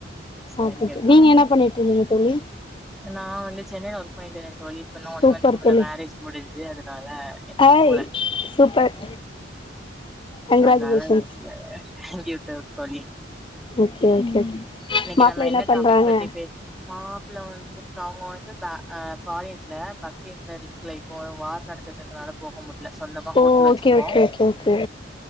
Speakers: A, in the centre; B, on the left.
A: சரிங்க
B: ஆ கிட்டு
A: தோழி
B: நீங்க என்ன பண்ணிட்ருந்தீங்க தோழி
A: நா வந்து சென்னைல வொர்க் பண்ணிட்ருந்தே தோழி இப்ப நா ஒன்
B: சூப்பர்
A: மன்த்துக்கு முன்ன
B: தோழி
A: மேரேஜ் முடிஞ்ச்சி அதுனால இன்னு
B: ஹாய்
A: போல
B: சூப்பர் கங்ராஜுலேஷன்ஸ்
A: அதுனால இல்ல <unintelligible> உட்டே தோழி
B: ஓகே ஓகே ஓகே
A: இன்னைக்கு
B: மாப்ள
A: நம்ம என்ன டாப்பிக்
B: பண்றாங்க
A: பத்தி பேஸ் மாப்பிள்ள வந்து அவுங்க வந்து பே அ ஃபாரின்ல பக்ரைன்ல <inaudible> போ வார் நடந்துட்ருக்கனால போக முடியில சொந்தமா
B: ஓ
A: ஹோட்டல் வெச்சிருக்கோ
B: ஓகே ஓகே ஓகே ஓகே